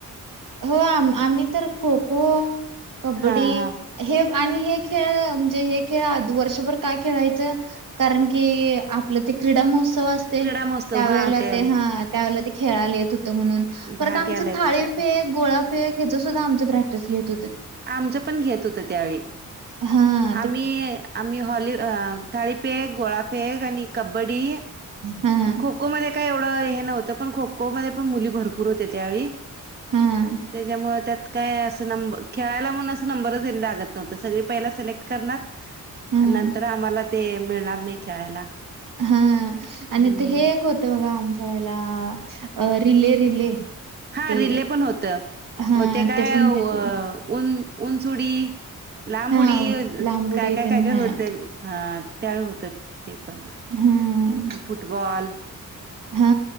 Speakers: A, on the right; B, on the right.
A: हो आम आम्ही तर खो-खो, कबड्डी
B: हा हा
A: हे आणि हे खेळ म्हणजे हे खेळ वर्षभर काय खेळायचं? कारण की आपलं ते क्रीडा महोत्सव असतय
B: क्रीडा महोत्सव
A: त्यावेेळेला
B: हा त्यावेळी
A: ते हा त्यावेळेला ते खेळायला येत होतं म्हणून परत
B: भाग
A: आमचं
B: घ्यायला येत
A: थाळी
B: होत
A: गोळा फेक ह्याचं सुद्धा आमचं प्रॅक्टिस घेत होतीत.
B: आमचं पण घेत होतं त्यावेळी
A: हा
B: आम्ही आम्ही हॉली अ थाळीफेक, गोळाफेक आणि कबड्डी
A: हा हा
B: खो-खो मध्ये काय एवढं हे नव्हतं पण खो-खो मध्ये पण मुली भरपूर होते त्यावेळी
A: हां,
B: त्याच्यामुळं त्यात काय असं नंबर खेळायला म्हणून अस नंबरच लागत नव्हतं सगळी पहिला सिलेक्ट करणार
A: हां.
B: आणि नंतर आम्हाला ते मिळणार नाही खेळायला.
A: हा
B: हम्म
A: आणि ते हे एक होतं बघा आमच्या वेळेला रिले- रिले.
B: हा
A: ते
B: रिले पण होतं,
A: हां,
B: ते काय
A: पण
B: अ
A: घेत होते.
B: उन उंचउडी लांब
A: हां,
B: उडी
A: लांब उडी
B: काय- काय
A: तेन
B: -काय -काय
A: हां,
B: होतं हा त्यावेळी हुतं. ते पण.
A: हं...
B: फुटबॉल
A: हा